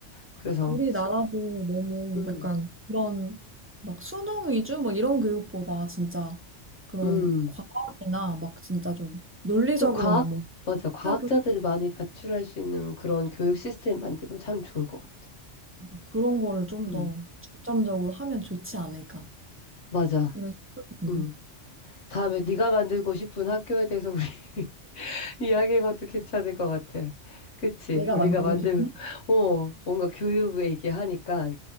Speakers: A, on the left (about 80°); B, on the right (about 20°).
A: 그래서
B: 우리나라도 너무
A: 음,
B: 약간 그런 막 수능 위주 막 이런 교육보다 진짜 그런
A: 음.
B: 과학이나 막 진짜 좀 논리적으로
A: 좀 과학,
B: 막 뭔가
A: 맞아. 과학자들이 많이 배출할 수 있는 그런 교육 시스템 만들면 참 좋을 것 같아.
B: 뭔가 그런 거를 좀
A: 음,
B: 더 중점적으로 하면 좋지 않을까
A: 맞아.
B: 이런 생각이 든다.
A: 음. 다음에 네가 만들고 싶은 학교에 대해서 우리 <laughs> 이야기해봐도 괜찮을 것 같아. 그치?
B: 내가
A: 우리가
B: 만들고
A: 만들,
B: 싶은
A: 어, 뭔가 교육 얘기하니까,